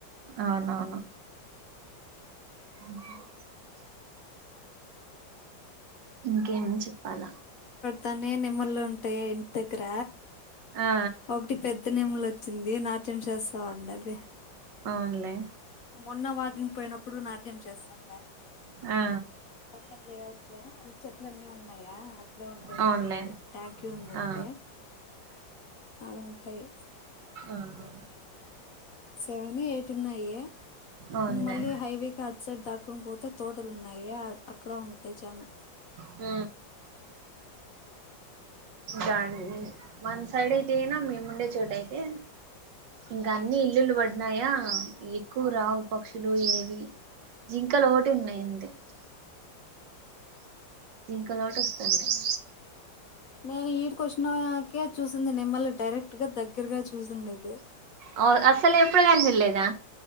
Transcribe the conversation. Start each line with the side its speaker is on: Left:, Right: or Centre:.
Right: అవునవును అ ఇంకేం చెప్పాలా
Left: తనే నెమలు ఉంటే ఇంటి దగ్గర
Right: ఆ
Left: ఒకటి పెద్ద నెమలి వచ్చింది నాట్యం చేస్తాఉండె అది
Right: అవును లేే
Left: మొన్న వాకింగ్ పోయినప్పుడు నాకు స్తా
Right: ఆ
Left: పక్కన లేఅట్ లో అది చెట్లు అన్నీ ఉన్నాయా అక్కడే ఉండేది
Right: ఆ అవునులే
Left: ఎక్కువవి ట్యాంకి ఉంది ఒకటి
Right: ఆ
Left: ఆడుంటాయి
Right: ఆహా
Left: సెవెన్ ఎయిట్ ఉన్నాయి
Right: అవునులే
Left: మళ్ళీ హైవే క అటు సైడ్ దాటుకుని పోతే తోటలు ఉన్నాయి అక్కడ ఉంటాయి చానా
Right: హ రాం వన్ సైడ్ అయితే గైనా మేముండే చోట అయితే ఇంకా అన్ని ఇల్లులు పడినాయా ఎక్కువ
Left: ఆ
Right: రావు పక్షులు ఏవి జింక లు ఒకటి ఉన్నాయి అంతే జింక లొకటి వస్థాంటయి
Left: నేను ఈడికి వచ్చినకె చూసింది నెమల్లు డైరెక్ట్ గా దగ్గరగా చూసిండేది
Right: అవును అసలు ఎప్పుడు కాని చూడల్లేదా